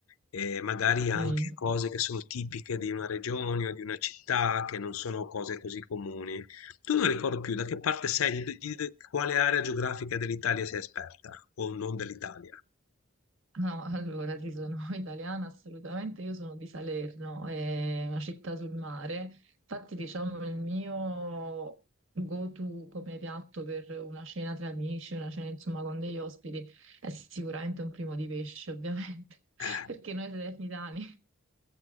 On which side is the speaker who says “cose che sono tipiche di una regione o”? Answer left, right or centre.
Left